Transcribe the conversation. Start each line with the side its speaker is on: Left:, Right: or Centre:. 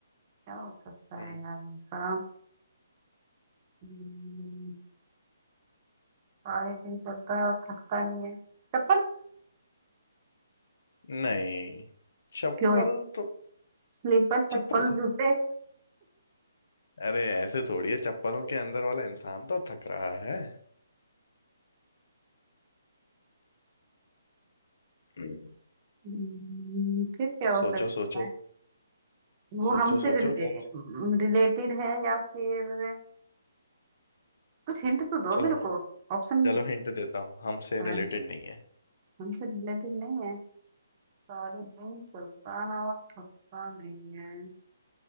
Right: क्या हो सकता
Left: हम्म।
Right: है यार ऐसा हम्म, सारे दिन चलता है और थकता नहीं है चप्पल
Left: नहीं चप्पल
Right: क्यों है
Left: तो
Right: स्लीपर
Left: चप्पल
Right: चप्पल
Left: तो
Right: जूते
Left: अरे ऐसे थोड़ी है चप्पलों के अंदर वाला इंसान तो थक रहा है हम्म।
Right: हम्म, फिर क्या हो
Left: सोचो
Right: सकता
Left: सोचो
Right: है वो
Left: सोचो
Right: हमसे
Left: सोचो
Right: रिले,
Left: क्या
Right: रिलेटेड है या फिर कुछ हिंट तो दो
Left: चलो
Right: मेरे को ऑप्शन
Left: चलो हिंट देता हूँ हमसे
Right: हमसे
Left: रिलेटेड नहीं है
Right: रिलेटेड नहीं है सारे दिन चलता है और थकता नहीं है